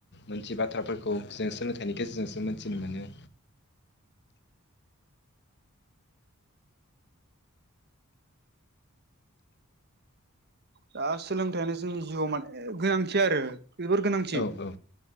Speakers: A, on the left; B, on the right.
A: मोनसे बाथ्राफोरखौ जों सोलोंथाइनि गेजेरजोंसो मोनथिनो मोनो
B: दा सोलोंथाइयानो जोंनि जिउआव माने गोनांथि आरो जोबोर गोनांथि
A: औ औ